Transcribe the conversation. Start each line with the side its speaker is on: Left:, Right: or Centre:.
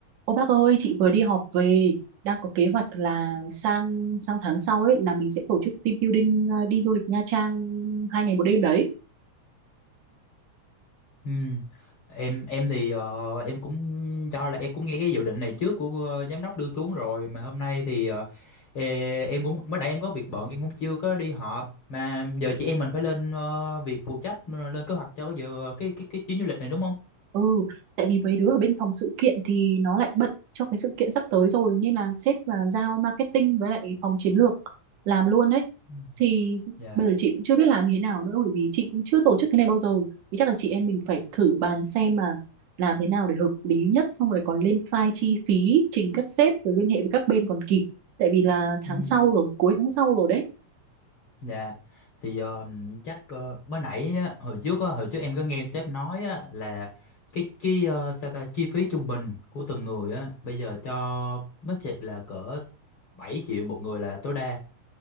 Right: Ô bác ơi, chị vừa đi họp về, đang có kế hoạch là sang sang tháng sau ấy là mình sẽ tổ chức team building ờ, đi du lịch Nha Trang hai ngày một đêm đấy.
Left: Ừ. Em em thì ờ, em cũng do là em cũng nghe cái dự định này trước của ờ, giám đốc đưa xuống rồi mà hôm nay thì ờ, ê, em cũng mới nãy em có việc bận em cũng chưa có đi họp mà giờ chị em mình phải lên ờ, việc phụ trách ờ, lên kế hoạch cho cái dự cái cái cái chuyến du lịch này đúng không?
Right: Ừ, tại vì mấy đứa ở bên phòng sự kiện thì nó lại bận cho cái sự kiện sắp tới rồi nên là sếp là giao marketing với lại phòng chiến lược làm luôn đấy.
Left: Ừ.
Right: Thì
Left: Dạ.
Right: bây giờ chị cũng chưa biết làm như thế nào nữa bởi vì chị cũng chưa tổ chức cái này bao giờ. Thì chắc là chị em mình phải thử bàn xem mà làm thế nào để hợp lý nhất xong rồi còn lên file chi phí trình các sếp rồi liên hệ với các bên còn kịp. Tại vì là tháng
Left: Ừ.
Right: sau rồi, cuối tháng sau rồi đấy.
Left: Dạ, Thì ờ, chắc ờ, mới nãy á, hồi trước á, hồi trước em có nghe sếp nói á, là cái chi ờ, sao ta chi phí trung bình của từng người á bây giờ cho budget là cỡ 7 triệu một người là tối đa.